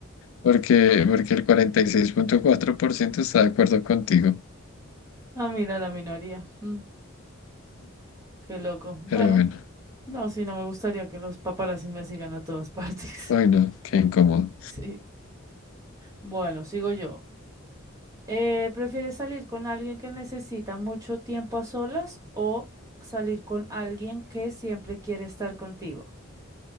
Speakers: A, on the left; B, on the right.
A: porque, porque el cuarenta y seis punto cuatro por ciento está de acuerdo contigo.
B: Ah, mira, la minoría. Mm, qué loco. Bueno,
A: Pero bueno,
B: no, sí, no me gustaría que los paparazzis me sigan a todas partes.
A: ay
B: <laughs>
A: no, qué incómodo.
B: Sí. Bueno, sigo yo. Eh, ¿prefieres salir con alguien que necesita mucho tiempo a solas o salir con alguien que siempre quiere estar contigo?